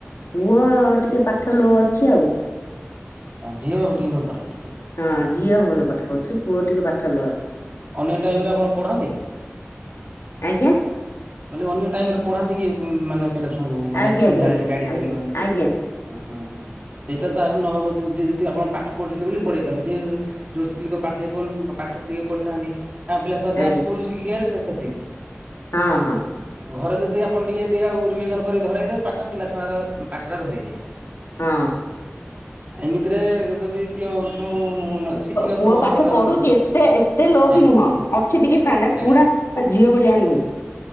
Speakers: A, on the left; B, on the right.
A: ପୁଅ ଟିକେ ପାଠ ଲୋ ଅଛି ଆଉ।
B: ଝିଅ ଟିକେ ଭଲ ପାଠ ପଢ଼ଥିବେ।
A: ହଁ ଝିଅ ଭଲ। ପଢୁଛି ପୁଅ ଟିକେ ପାଠ ଲୋ ଅଛି।
B: ଅନ୍ୟ ଟାଇମରେ ଆପଣ ପଢାନ୍ତି।
A: ଆଜ୍ଞା।
B: ବୋଲି ଅନ୍ୟ ଟାଇମରେ ପଢାନ୍ତି କି? ମାନେ ପିଲା ଛୁଆଙ୍କୁ ମାନେ
A: ଆଜ୍ଞା
B: ସନ୍ଧ୍ୟାବେଳେ
A: ଆଜ୍ଞା
B: ଗାଡି
A: ଆଜ୍ଞା
B: ଫାଡି
A: ଆଜ୍ଞା
B: କରନ୍ତି।
A: ଆଜ୍ଞା
B: ହୁଁ ସେଇଟା ତାର ନହବ ଯ ଯଦି ଆପଣ ପାଠ ପଢୁଛନ୍ତି ବୋଲି ପଢେଇ ପାରିଲେ ଯିଏ ଯୋଉ ସ୍ତ୍ରୀ ଲୋକ ପଠେଇ ପ ପାଠ ଯିଏ ପଢିନାହାନ୍ତି, ତାଙ୍କ ପିଲାଛୁଆ
A: ଆଜ୍ଞା
B: ସ୍କୁଲରୁ ଯାହା ସିଖିକି ଆସିଲେ ସିଏ ସେତିକି। <inaudible>
A: ହଁ ହଁ।
B: ଘରେ ଯଦି ଆପଣ ଟିକେ ଟିକେ ଆଉ ରିଭିଜନ କରି ଧରେଇଦେବେ ପାଠ ପିଲା ଛୁଆ ଗୁରା ପାଠ ଟା ଧରିବେ।
A: ହଁ।
B: ଏମିତିରେ ଯଦି ଝିଅ <unintelligible>
A: ଆଜ୍ଞା,
B: ଘରେ ମାନଙ୍କରେ
A: ସେ ତାଙ୍କ ତାଙ୍କ
B: ଆଜ୍ଞା
A: ଷ୍ଟାଣ୍ଡାର୍ଡ ସେ
B: ଆଜ୍ଞା
A: ଚାଲିଛନ୍ତି ଆଉ।